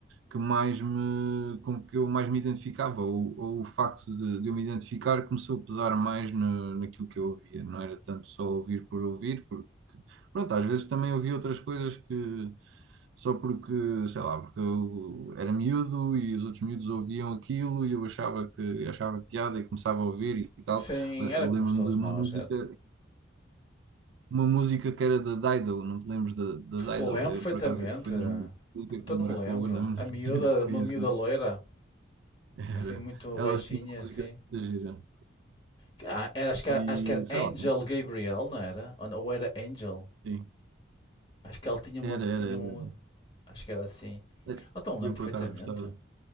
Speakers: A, on the right; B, on the left.
A: que mais me, com que eu mais me identificava, ou, ou o facto de, de eu me identificar começou a pesar mais na naquilo que eu ouvia, não era tanto só ouvir por ouvir, porque Pronto, às vezes também ouvi outras coisas que só porque, sei lá, porque eu era miúdo e os outros miúdos ouviam aquilo e eu achava que achava piada e começava a ouvir e tal.
B: Sim,
A: Eh, eu
B: era como
A: Lembro-me
B: todos
A: de uma
B: nós.
A: música,
B: era.
A: uma música que era da Dido, não te lembras da da
B: Lembro
A: Dido?
B: perfeitamente.
A: Eh, Por acaso foi das músicas
B: Até
A: que me
B: não
A: marcou
B: me lembro.
A: na na
B: A miúda,
A: <laughs> minha
B: uma
A: criança.
B: miúda
A: isso.
B: loira,
A: Era,
B: assim, muito
A: ela
B: baixinha,
A: tinha uma música
B: assim.
A: da gira.
B: Que- ah, Era, acho que,
A: E
B: era- acho que era
A: sei
B: Angel
A: lá,
B: Gabriel, não era? Ou, ou era Angel?
A: sim,
B: Acho que ela tinha uma,
A: era, era,
B: tinha uma. Acho que era assim.
A: era.
B: Então lembro
A: Eu
B: perfeitamente.
A: por acaso gostava